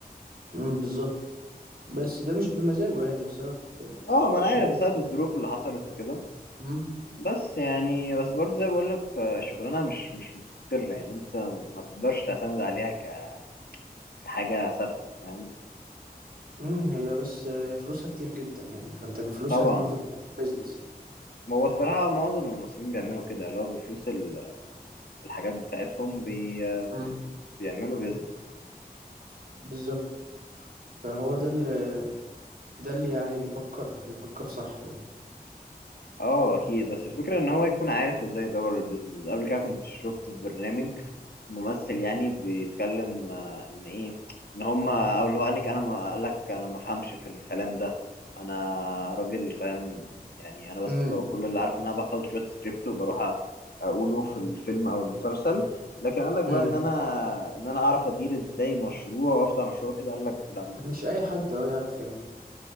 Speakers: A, on the right; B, on the left.
A: مم، بالظبط بس ده مش بمزاجه يعني ده بسبب آه،
B: اه ما
A: حاجات
B: انا عارف بسبب الظروف اللي حصلت وكده
A: مم.
B: بس يعني بس برضه زي ما بقول لك شغلانة مش مش مستقرة يعني انت ما تقدرش تعتمد عليها ك- كحاجة ثابتة فاهم
A: امم هي بس آه، هي فلوسها كتير جدا يعني فانت بفلوسها
B: طبعا
A: دي المفروض تعمل بيزنس يعني
B: ما هو الصراحة معظم الممثلين بيعملوا كده اللي هو بفلوس ال- الحاجات بتاعتهم بي... بي-
A: مم.
B: بيعملوا بيزنس
A: بالظبط فهو ده اللي ده اللي يعني بيفكر بيفكر صح يعني
B: اه اكيد بس الفكره ان هو يكون عارف ازاي يدور البيزنس قبل كده كنت شفت في برنامج ممثل يعني بيتكلم آه، ان ايه ان هم او اللي هو قال لك انا ما قال لك انا ما فهمش في الكلام ده انا راجل فاهم يعني انا بس
A: امم
B: هو كل اللي عارف ان انا بحفظ شويه سكريبت وبروح أ- اقوله في الفيلم او المسلسل لكن قال لك بقى
A: امم
B: ان انا ان انا اعرف ادير ازاي مشروع وافتح مشروع كده قال لك لا ما بفهمش.
A: مش اي حد اه يعرف يعملها